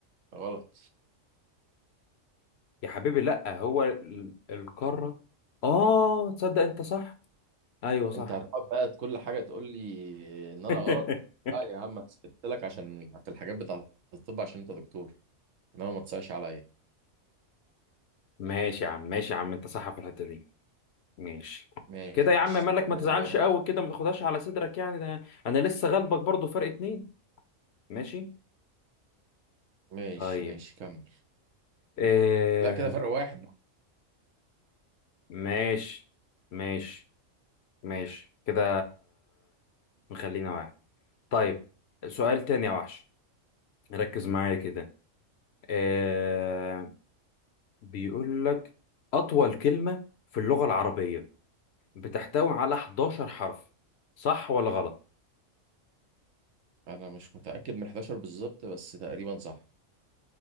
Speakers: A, on the right; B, on the left.
A: غلط
B: يا حبيبي لا هو ال- القارة اه تصدق انت صح ايوه صح
A: انت هتقعد بقى كل حاجة تقول لي ان انا
B: <laughs>
A: غلط لا يا عم هسكت لك عشان في الحاجات بتاعة الطب عشان انت دكتور انما ما تصعش عليا
B: ماشي يا عم ماشي يا عم انت صح في الحتة دي ماشي
A: ماشي
B: كده يا عم
A: استنى
B: مالك ما تزعلش
A: دورك
B: قوي كده ما تاخدهاش على صدرك يعني ده انا لسه غلبك برضو فرق اتنين ماشي
A: ماشي
B: طيب
A: ماشي كمل
B: آه
A: لا كده فرق واحد
B: ماشي ماشي ماشي كده نخلينا واحد طيب سؤال تاني يا وحش ركز معايا كده آه بيقول لك أطول كلمة في اللغة العربية بتحتوي على 11 حرف صح ولا غلط؟
A: انا مش متاكد من 11 بالظبط بس تقريبا صح